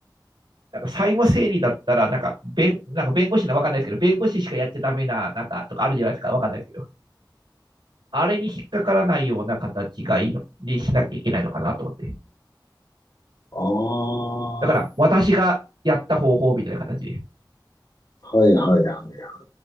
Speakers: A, on the right (about 75°); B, on the left (about 50°).
A: なんか債務整理だったら、なんか弁、なんか弁護士のわかんないですけど、弁護士しかやっちゃダメな、なんかとかあるじゃないですか、わかんないですけど、あれに引っかからないような形がいいの、にしなきゃいけないのかなと思って。
B: ああ、
A: だから私がやった方法みたいな形で。
B: はいはいはいはい。